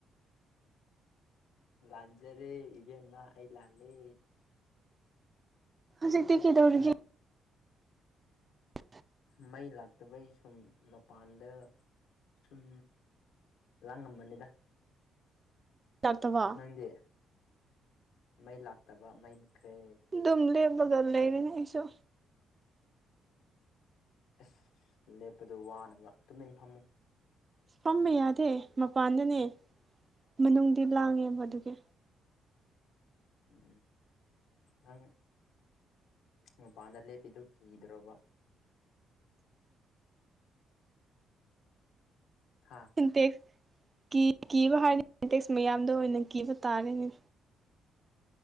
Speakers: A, on the left (about 85°); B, on the right (about 30°).
A: ꯂꯥꯟꯖꯔꯦ ꯏꯕꯦꯝꯃꯥ ꯑꯩ ꯂꯥꯂꯦ
B: ꯍꯧꯖꯤꯛꯇꯤ ꯀꯩꯗꯧꯔꯤꯒꯦ <inaudible>
A: ꯃꯩ ꯂꯥꯛꯇꯕꯩ ꯁꯨꯝ ꯃꯄꯥꯟꯗ ꯎꯝ ꯂꯉꯝꯕꯅꯤꯗ
B: ꯂꯥꯛꯇꯕ
A: ꯅꯪꯗꯤ ꯃꯩ ꯂꯥꯛꯇꯕ ꯃꯩ ꯃꯨꯠꯈ꯭ꯔꯦ
B: ꯗꯨꯝ ꯂꯦꯞꯂꯒ ꯂꯩꯔꯤꯌꯦ ꯑꯩꯁꯨ
A: ꯑꯁ ꯂꯦꯞꯄꯗꯣ ꯋꯥꯅꯕ ꯇꯨꯃꯤꯟ ꯐꯝꯃꯨ
B: ꯐꯝꯕ ꯌꯥꯗꯦ ꯃꯄꯥꯟꯗꯅꯦ ꯃꯅꯨꯡꯗꯤ ꯂꯥꯡꯉꯦꯕ ꯑꯗꯨꯒꯤ
A: ꯎꯝ ꯅꯪ ꯃꯄꯥꯟꯗ ꯂꯦꯞꯄꯤꯗꯨ ꯀꯤꯗ꯭ꯔꯣꯕ ꯍꯥ
B: ꯁꯤꯟꯇꯦꯛꯁ ꯀꯤ ꯀꯤꯕ ꯍꯥꯏꯔꯅꯤ ꯁꯤꯟꯇꯦꯛꯁ ꯃꯌꯥꯝꯗ ꯑꯣꯏꯅ ꯀꯤꯕ ꯇꯥꯔꯅꯤ